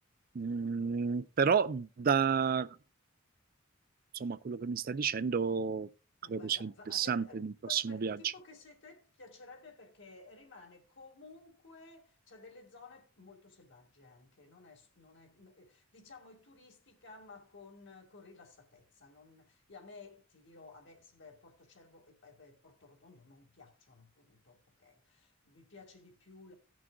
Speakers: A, on the right (about 45°); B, on the left (about 60°).
A: Mm, però da insomma, quello che mi stai dicendo
B: no,
A: credo
B: guarda,
A: sia interessante
B: va- a te, eh,
A: in un prossimo
B: poi per
A: viaggio.
B: tipo che sei te, ti piacerebbe perché rimane comunque, c'è delle zone molto selvagge anche, non è, non è- n- eh, diciamo è turistica ma con, con rilassatezza. non- e a me, ti dirò, a me s- beh, Porto Cervo e, e- e Porto Rotondo non piacciono, punto, ok? Mi piace di più